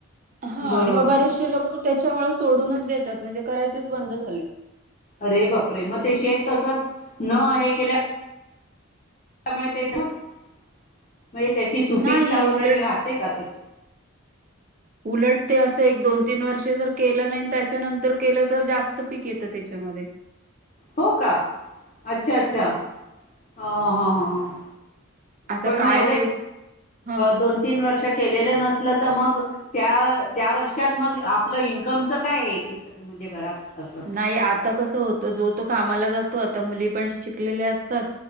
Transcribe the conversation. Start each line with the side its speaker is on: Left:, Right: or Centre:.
Right: हा
Left: बरोबर
Right: आणि मग बरेचसे लोक त्याच्यामुळे सोडूनच देतात, म्हणजे करायचेच बंद झाले.
Left: अरे बापरे मग ते शेत तसच न हे केल्या मुळे ते द म्हणजे त्याची सुपीकता
Right: नाही
Left: वगैरे
Right: उलट
Left: राहते का तशी.
Right: उलट ते अस एक दोन तीन वर्ष जर केलं नाही त्याच्यानंतर केलं तर जास्त पीक येतं त्याच्या मध्ये.
Left: हो का अच्छा अच्छा ह ह ह.
Right: आता
Left: पण मग
Right: काय
Left: एवढे
Right: ते ह
Left: दोन तीन वर्ष केलेलं नसलं तर मग त्या वर्षात मग आपलं इनकम च काय हे? म्हणजे घरात. असं
Right: नाही आता कस होत जो तो कामाला जातो आता मुली पण शिकलेल्या असतात.